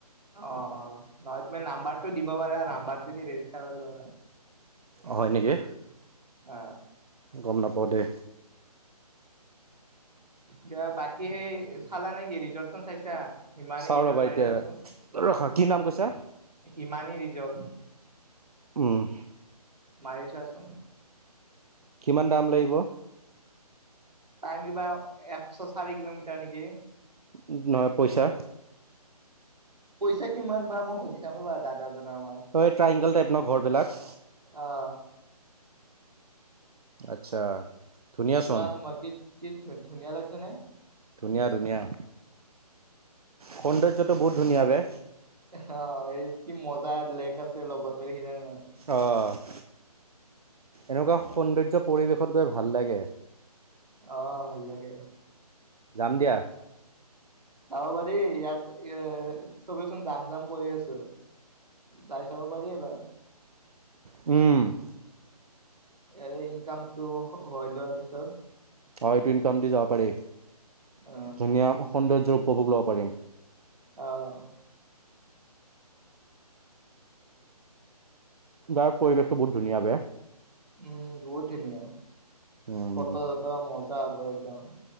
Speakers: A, on the right; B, on the right.
A: অ অ নহয় তুমি নাম্বাৰটো দিব পাৰা নাম্বাৰটো দি ৰেজিষ্টাৰ কৰিলে
B: অ হয় নেকি?
A: অ।
B: গম নাপাওঁ দে।
A: দিয়া বাকী সেই চালা নেকি? ৰিজৰ্টখন চাইছা? হিমানী
B: চাও
A: ৰিজৰ্ট
B: ৰবা
A: মাৰি
B: এতিয়া,
A: চোৱাচোন,
B: ৰখা কি নাম কৈছা?
A: হিমানী ৰিজৰ্ট।
B: উম।
A: মাৰি চাচোন।
B: কিমান দাম লাগিব?
A: টাইম কিবা একশ চাৰি কিলোমিটাৰ নেকি।
B: উম নহয় পইচা
A: পইচা কিমান বা মই সুধি চাম ৰ'বা দাদাজনৰ আমাৰ।
B: হয়, ' ট্ৰায়ংগল টাইপ ন ঘৰবিলাক?
A: অ'।
B: আচ্ছা। ধুনীয়া
A: চোৱা
B: চোন
A: তোমাৰ কি কি ধু ধুনীয়া লাগিছে নে?
B: ধুনীয়া ধুনীয়া। সৌন্দৰ্যটো বহুত ধুনীয়া বে।
A: এ হ, এই কি মজা লেক আছে লগতে দেখিছা নে নাই?
B: অ', এনেকুৱা সৌন্দৰ্য পৰিৱেশত গৈ ভাল লাগে।
A: অ' ভাল লাগে।
B: যাম দিয়া।
A: যাব পাৰি ইয়াক এ চবেইচোন জাম জাম কৈ আছো। যাই চাব পাৰি এবাৰ।
B: উম।
A: ইয়াৰে ইনকামটো খটম হৈ লোৱাৰ পিছত
B: অ' এইটো ইনকাম দি যাব পাৰি,
A: অ
B: ধুনীয়া সৌন্দৰ্যৰ উপভোগ ল'ব পাৰিম।
A: অ'।
B: গাৱৰ পৰিৱেশটো বহুত ধুনীয়া বে'।
A: উম বহুত ধুনীয়া,
B: উম
A: ফট - চটৰ মজা হ'ব একদম।